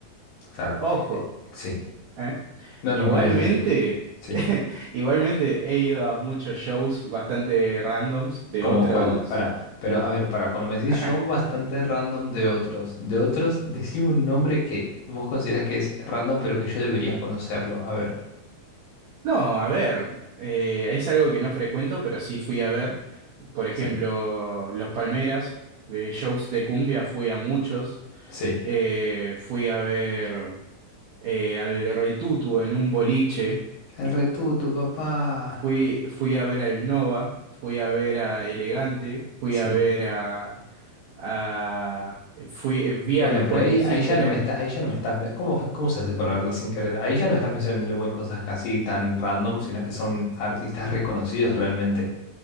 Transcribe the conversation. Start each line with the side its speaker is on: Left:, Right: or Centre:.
Left: claro.
Right: Ojo,
Left: Eh, sí.
Right: ¿eh?
Left: No,
Right: Igualmente,
Left: no, ¿qué me ibas a decir? Sí.
Right: <laughs> igualmente he ido a muchos shows bastante randoms de
Left: ¿Como
Right: otros.
Left: cuál? Para, pero a ver, para, cuando me decís
Right: <laughs>
Left: show bastante random de otros, de otros, decime un nombre que vos consideras que es random, pero que yo debería conocerlo. A ver,
Right: No, a ver, eh, es algo que no frecuento, pero sí fui a ver. Por ejemplo,
Left: sí,
Right: Los Palmeras, eh, shows de cumbia, fui a muchos.
Left: sí.
Right: Eh, fui a ver. eh, al Retutu en un boliche,
Left: El Retú, tu papá.
Right: fui, fui a ver al Nova, fui a ver a Elegante, fui
Left: Sí.
Right: a ver a, a eh, fui, vi
Left: Bueno,
Right: a la Joaquín
Left: pero ahí,
Right: sin
Left: ahí ya
Right: querer.
Left: no me está, ahí ya no me estás, me- ¿cómo, cómo se hace para verla sin querer? Ahí ya no me estás mencionando igual cosas casi tan random, sino que son artistas reconocidos realmente.